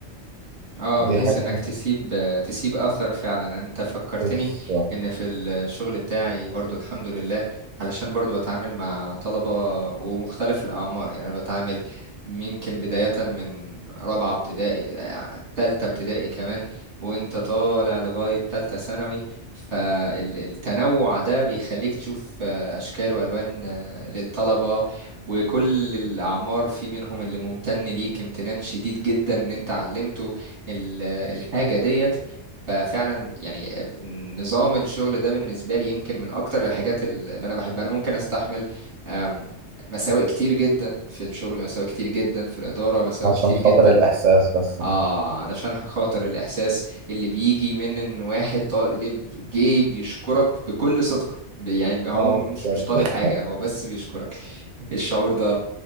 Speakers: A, on the right; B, on the right.
A: اه
B: دي
A: بحيث
B: حاجة
A: انك تسيب تسيب اثر فعلا انت فكرتني
B: نفس <laughs>
A: ان في الشغل بتاعي برضو الحمد لله علشان برضو بتعامل مع طلبة ومختلف الاعمار يعني انا بتعامل يمكن بداية من رابعة ابتدائي آه، تالتة ابتدائي كمان وانت طالع لغاية تالتة ثانوي فالتنوع ده بيخليك تشوف آه، اشكال والوان آه، للطلبة وكل الأعمار في منهم اللي ممتن ليك امتنان شديد جدا إن أنت علمته ال- الحاجة ديت ففعلا يعني نظام الشغل ده بالنسبة لي يمكن من أكتر الحاجات اللي أنا بحبها أنا ممكن أستحمل أم، مساوئ كتير جدا في الشغل مساوئ كتير جدا في الإدارة مساوئ
B: عشان
A: كتير
B: خاطر
A: جدا
B: الإحساس بس
A: آه
B: ده
A: علشان خاطر الإحساس اللي بيجي من إن واحد طالب اللي جاي بيشكرك بكل صدق ب- يعني هو
B: آه
A: مش
B: بجد
A: مش طالب
B: <laughs>
A: حاجة هو بس بيشكرك <laughs> الشعور ده